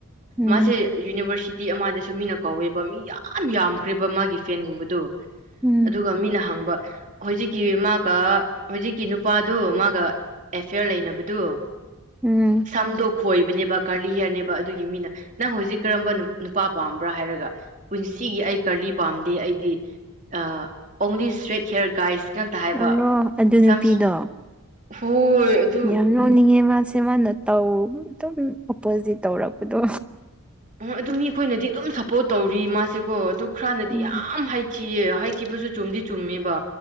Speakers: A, in the centre; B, on the right.
A: ꯎꯝ
B: ꯃꯥꯁꯦ ꯌꯨꯅꯤꯚꯔꯁꯤꯇꯤ ꯑꯃꯗꯁꯨ ꯃꯤꯅ ꯀꯧꯋꯦꯕ ꯃꯤ ꯌꯥꯝ ꯌꯥꯝꯈ꯭ꯔꯦꯕ ꯃꯥꯒꯤ ꯐꯦꯟꯒꯨꯝꯕ ꯗꯨ
A: ꯎꯝ
B: ꯑꯗꯨꯒ ꯃꯤꯅ ꯍꯪꯕ ꯍꯧꯖꯤꯛꯀꯤ ꯃꯥꯒ ꯍꯧꯖꯤꯛꯀꯤ ꯅꯨꯄꯥꯗꯨ ꯃꯥꯒ ꯑꯦꯐꯤꯌꯔ ꯂꯩꯅꯕꯗꯨ
A: ꯎꯝ
B: ꯁꯝꯗꯨꯛ ꯈꯣꯏꯕꯅꯦꯕ ꯀ꯭ꯔꯂꯤ ꯍꯤꯌ꯭ꯔꯅꯦꯕ ꯑꯗꯨꯒꯤ ꯃꯤꯅ ꯅꯪ ꯍꯨꯖꯤꯛ ꯀꯔꯝꯕ ꯅꯨꯄꯥ ꯄꯥꯝꯕ꯭ꯔꯥ ꯍꯥꯏꯔꯒ ꯄꯨꯟꯁ ꯁꯤꯒꯤ ꯑꯩ ꯀꯔꯂꯤ ꯄꯥꯝꯗꯦ ꯑꯩꯗꯤ ꯑꯣꯡꯂꯤ ꯁ꯭ꯇ꯭ꯔꯦꯠ ꯍꯤꯌꯔ ꯒꯥꯏꯁ ꯖꯟꯇ ꯍꯥꯏꯕ
A: ꯑꯗꯣ ꯑꯗꯨ ꯅꯨꯄꯤꯗꯣ
B: ꯁꯝ ꯍꯣꯏ ꯑꯗꯨ
A: ꯌꯥꯝ ꯅꯣꯡꯅꯤꯡꯉꯦ ꯃꯥꯁꯦ ꯃꯥꯅ ꯇꯧ ꯑꯗꯨꯝ ꯑꯣꯄꯣꯖꯤꯠ ꯇꯧꯔꯛꯄꯗꯣ
B: ꯑꯣ ꯑꯗꯨ ꯃꯤꯈꯣꯏꯅꯗꯤ ꯑꯗꯨꯝ ꯁꯄꯣꯔꯠ ꯇꯧꯔꯤ ꯃꯥꯁꯦꯀꯣ ꯑꯗꯨ ꯈꯔꯅꯗꯤ
A: ꯎꯝ
B: ꯌꯥꯝ ꯍꯥꯏꯊꯤꯌꯦ ꯍꯩꯊꯤꯕꯁꯨ ꯆꯨꯝꯗꯤ ꯆꯨꯝꯃꯦꯕ